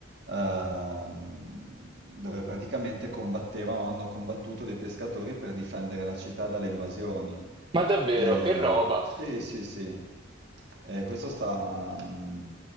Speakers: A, on the right (about 60°); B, on the right (about 25°).
A: ehm, dove praticamente combattevano, o hanno combattuto dei pescatori per difendere la città dalle invasioni.
B: ma davvero,
A: Eh,
B: che roba,
A: sì, sì, sì. Eh, questo sta mm,